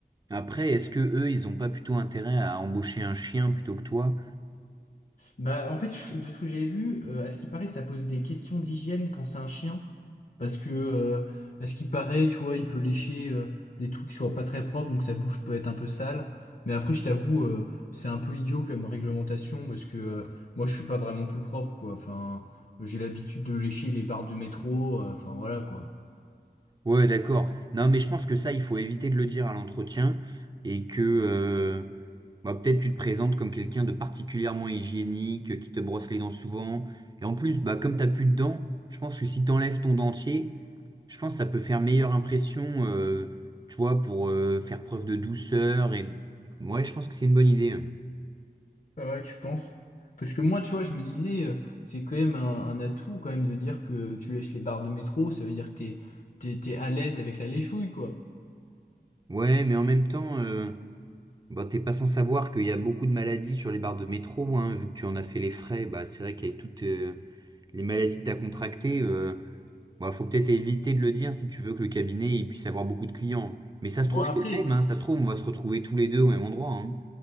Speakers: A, on the right; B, on the left.
A: Après, est-ce que eux, ils ont pas plutôt intérêt à embaucher un chien plutôt que toi?
B: Bah, en fait, je- de ce que j'avais vu, euh, à ce qui paraît, ça pose des questions d'hygiène quand c'est un chien. Parce que, euh, à ce qui paraît, tu vois, il peut lécher euh, des trucs qui soient pas très propres, donc sa bouche peut être un peu sale. Mais après, je t'avoue, euh, c'est un peu idiot comme réglementation, parce que euh, moi, je suis pas vraiment plus propre, quoi. Enfin, j'ai l'habitude de lécher les barres de métro, euh, enfin, voilà, quoi.
A: Ouais, d'accord. Non, mais je pense que ça, il faut éviter de le dire à l'entretien et que euh, bah, peut-être tu te présentes comme quelqu'un de particulièrement hygiénique, euh, qui te brosse les dents souvent. Et en plus, bah, comme t'as plus de dents, je pense que si t'enlèves ton dentier, je pense que ça peut faire meilleure impression, euh, tu vois, pour euh, faire preuve de douceur. Et ouais, je pense que c'est une bonne idée. hein.
B: Ah Ouais, tu penses? Parce que moi, tu vois, je me disais, euh, c'est quand même un, un atout, quand même, de dire que tu lèches les barres de métro, ça veut dire que t'es, t'es, t'es à l'aise avec la léchouille, quoi.
A: Ouais, mais en même temps. euh, bah t'es pas sans savoir qu'il y a beaucoup de maladies sur les barres de métro, hein, vu que tu en as fait les frais, bah c'est vrai qu'avec toutes euh, les maladies que t'as contractées, euh, bah, faut peut-être éviter de le dire si tu veux que le cabinet il puisse avoir beaucoup de clients. Mais ça se
B: Bon,
A: trouve,
B: après,
A: c'est le même, hein, ça se trouve, on va se retrouver tous les deux au même endroit. hein.